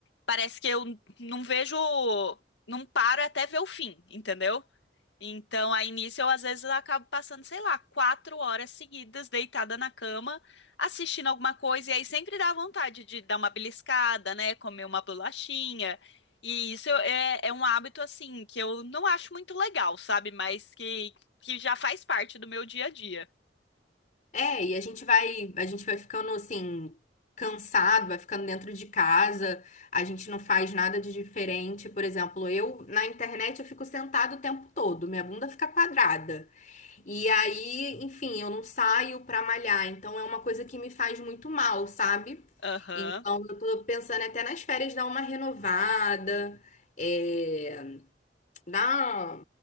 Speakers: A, on the left; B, on the left.
A: parece que eu não vejo. Não paro até ver o fim, entendeu? Então, aí nisso eu às vezes acabo passando, sei lá, quatro horas seguidas deitada na cama, assistindo alguma coisa, e aí sempre dá vontade de dar uma beliscada, né? Comer uma bolachinha. E isso eu- é, é um hábito, assim, que eu não acho muito legal, sabe? Mas que, que já faz parte do meu dia a dia.
B: É, e a gente vai, a gente vai ficando assim, cansado, vai ficando dentro de casa, a gente não faz nada de diferente. Por exemplo, eu na internet eu fico sentado o tempo todo, minha bunda fica quadrada. E aí, enfim, eu não saio pra malhar, então é uma coisa que me faz muito mal, sabe?
A: Aham.
B: Então eu tô pensando até nas férias dar uma renovada. eh, dar,